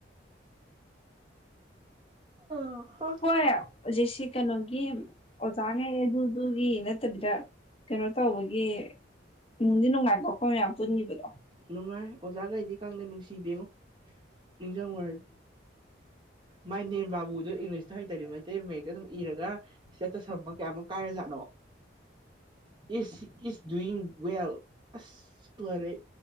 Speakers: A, on the right (about 25°); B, on the left (about 30°).
A: ꯑꯣ
B: ꯍꯣꯏ ꯍꯧꯖꯤꯛꯁꯤ ꯀꯩꯅꯣꯒꯤ ꯑꯣꯖꯥꯉꯩ ꯑꯗꯨꯗꯨꯒꯤ ꯅꯠꯇꯕꯤꯗ ꯀꯩꯅꯣ ꯇꯧꯕꯒꯤ ꯏꯃꯨꯡꯗꯤ ꯅꯨꯡꯉꯥꯏꯀꯣꯛꯈꯣꯏ ꯃꯌꯥꯝ ꯄꯨꯟꯈꯤꯕꯗꯣ
A: ꯅꯨꯡꯉꯥꯏ ꯑꯣꯖꯥꯒꯩꯗꯤ ꯈꯪꯗꯦ ꯅꯨꯡꯁꯤꯗꯦꯉꯣ ꯅꯤꯡꯁꯤꯡꯉꯨꯔ ꯎꯝ ꯃꯥꯏ ꯅꯦꯝ ꯕꯥꯕꯨꯗꯣ ꯏꯪꯂꯤꯁꯇ ꯍꯩꯇꯔꯦ ꯃꯩꯇꯩ ꯃꯛꯇ ꯑꯗꯨꯝ ꯏꯔꯒ ꯏꯁꯇꯦꯠꯠꯇ ꯁꯄ ꯀꯌꯥꯨꯛ ꯀꯥꯏꯔꯖꯥꯠꯅꯣ ꯏ ꯏ ꯗꯨꯋꯤꯡ ꯋꯦꯜ ꯑꯁ ꯇꯣꯔꯦ